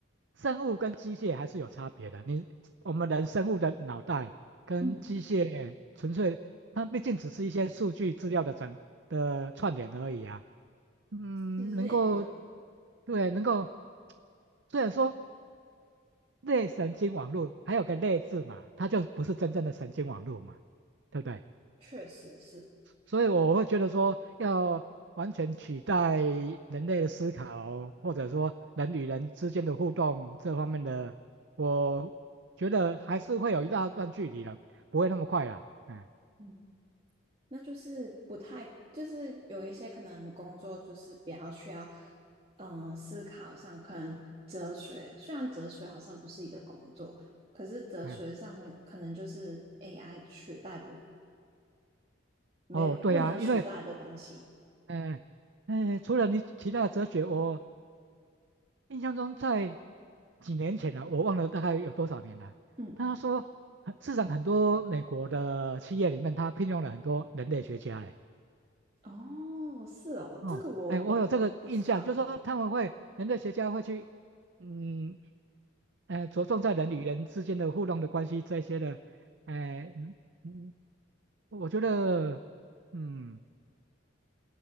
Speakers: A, on the right (about 60°); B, on the right (about 30°).
A: 生物跟机械还是有差别的，你我们人生物的脑袋跟机械纯粹，
B: 嗯，
A: 它毕竟只是一些数据资料的整的串联而已啊。嗯，
B: 其实也对，
A: 能够对能够，虽然说类神经网络还有个类字嘛，它就不是真正的神经网络嘛，对不对？
B: 确实是，
A: 所以我会觉得说，要完全取代人类的思考，或者说人与人之间的互动这方面的，我觉得还是会有一大段距离了，不会那么快啦。嗯
B: 嗯，那就是不太，就是有一些可能工作就是比较需要，嗯，思考上可能哲学，虽然哲学好像不是一个工作，可是哲学上面可能就是
A: 嗯，
B: AI 取代不，没，
A: 哦，对呀、
B: 不能取代的东西。
A: 啊，因为嗯。嗯，呃除了你提到的哲学，我印象中在几年前了、我忘了大概有多少年了、
B: 嗯，
A: 他说，呃市场很多美国的企业里面，他聘用了很多人类学家嘞。
B: 哦，是哦，
A: 哦，
B: 这个我我不知道诶。
A: 哎，我有这个印象，就说他们会人类学家会去，嗯，呃，着重在人与人之间的互动的关系这些的，哎、嗯嗯，我觉得，嗯。